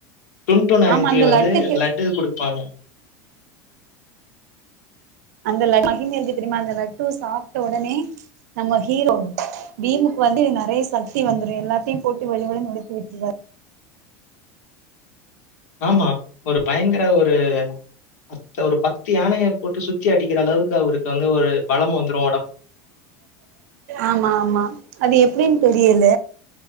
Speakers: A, on the left; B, on the right.
A: டுண்ட்டூன் ஆன்டி
B: ஆமா அந்த
A: வந்து
B: லட்டுக்கு
A: லட்டு குடுப்பாங்க
B: அந்த லட்டு மகிம இருக்கு தெரியுமா அந்த லட்டு சாப்ட்ட உடனே நம்ம ஹீரோ பீமுக்கு வந்து நெறைய சக்தி வந்துரு எல்லாத்தையும் போட்டு வெளுவெளுன்னு வெளுத்து விட்ருவாரு
A: ஆமா ஒரு பயங்கர ஒரு அத் ஒரு பத்து யானைய போட்டு சுத்தி அடிக்கிற அளவுக்கு அவருக்கு வந்து ஒரு பலம் வந்துரு
B: ஆமா ஆமா அது எப்பிடினு தெரியல